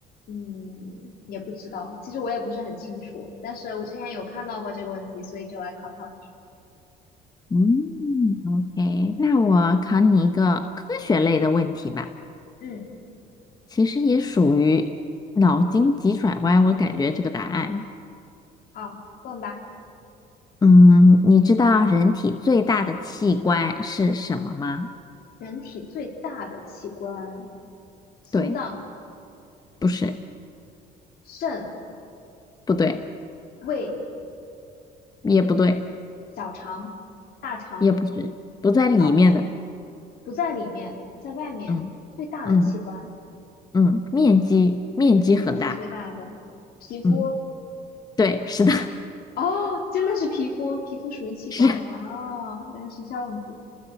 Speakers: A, on the left; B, on the left.
A: 嗯，也不知道，其实我也不是很清楚，但是我之前有看到过这个问题，所以就来考考你。
B: 嗯，OK，那我考你一个科学类的问题吧，
A: 嗯，
B: 其实也属于脑筋急转弯，我感觉这个答案。
A: 好，问吧。
B: 嗯，你知道人体最大的器官是什么吗？
A: 人体最大的器官，心脏、
B: 对，不是。
A: 肾、
B: 不对，
A: 胃、
B: 也不对，
A: 小肠、大肠、
B: 也不是，不在里面的。
A: 脑子，不在里面，在外面。
B: 嗯嗯
A: 最大的器官。
B: 嗯，面积面积很大。
A: 面积最大的皮肤
B: 嗯，对，是的，
A: 哦，真的是皮肤，皮肤属于器官哦，
B: 是。
A: 原来是这样子。